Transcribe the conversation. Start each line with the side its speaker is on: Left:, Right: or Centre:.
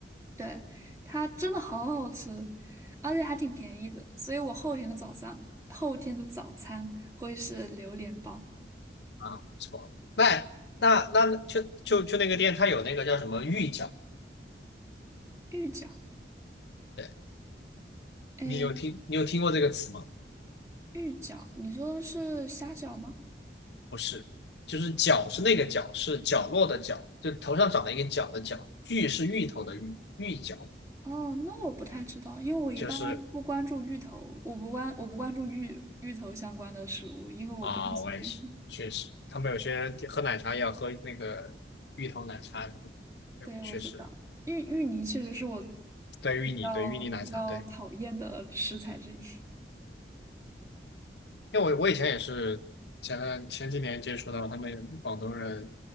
Right: 对，它真的好好吃，而且还挺便宜的，所以我后天的早上，后天的早餐会是榴莲包、
Left: 啊，不错。那那那就就就那个店，它有那个叫什么芋角？
Right: 芋饺。
Left: 对，
Right: 哎，
Left: 你有听你有听过这个词吗？
Right: 芋饺，你说的是虾饺吗？
Left: 不是，就是角是那个角，是角落的角，就头上长了一个角的角，芋是芋头的芋，芋角
Right: 哦，那我不太知道，因为我一般不关注芋头，
Left: 就是
Right: 我不关我不关注芋芋头相关的食物，因为我不太喜欢。
Left: 啊，我也是，
Right: <laughs>
Left: 确实，他们有些人喝奶茶也要喝那个芋头奶茶什么的。哎，
Right: 对，
Left: 我确实，
Right: 我知道，芋芋泥确实是我
Left: 对芋泥，
Right: 比较比较讨厌的食材之一。
Left: 对芋泥奶茶，对，因为我我以前也是前段前几年接触到他们广东人